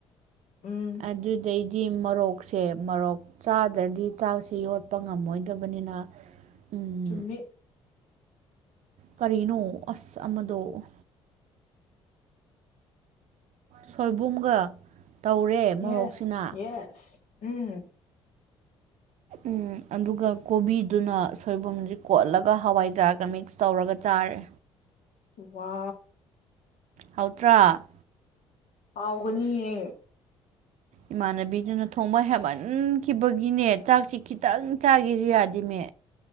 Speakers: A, on the left (about 55°); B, on the right (about 50°).
A: ꯎꯝ
B: ꯑꯗꯨꯗꯩꯗꯤ ꯃꯣꯔꯣꯛꯁꯦ ꯃꯣꯔꯣꯛ ꯆꯥꯗ꯭ꯔꯗꯤ ꯆꯥꯛꯁꯤ ꯌꯣꯠꯄ ꯉꯝꯃꯣꯏꯗꯕꯅꯤꯅ ꯎꯝ
A: ꯆꯨꯝꯃꯤ
B: ꯀꯔꯤꯅꯣ ꯑꯁ ꯑꯃꯗꯣ ꯁꯣꯏꯕꯨꯝꯒ ꯇꯧꯔꯦ ꯃꯣꯔꯣꯛꯁꯤꯅ
A: ꯌꯦꯁ
B: <inaudible>
A: ꯌꯦꯁ ꯎꯝ
B: ꯎꯝ ꯑꯗꯨꯒ ꯀꯣꯕꯤꯗꯨꯅ ꯁꯣꯏꯕꯨꯝꯗꯤ ꯀꯣꯠꯂꯒ ꯍꯋꯥꯏꯖꯥꯔ ꯃꯤꯛꯁ ꯇꯧꯔꯒ ꯆꯥꯔꯦ
A: ꯋꯥ
B: ꯍꯧꯠꯇ꯭ꯔꯥ
A: ꯍꯥꯎꯒꯅꯤꯌꯦ
B: ꯏꯃꯥꯟꯅꯕꯤꯗꯨꯅ ꯊꯣꯡꯕ ꯍꯦꯃꯟꯈꯤꯕꯒꯤꯅꯦ ꯆꯥꯛꯁꯤ ꯈꯤꯇꯪ ꯆꯥꯈꯤꯁꯨ ꯌꯥꯗꯤꯃꯦ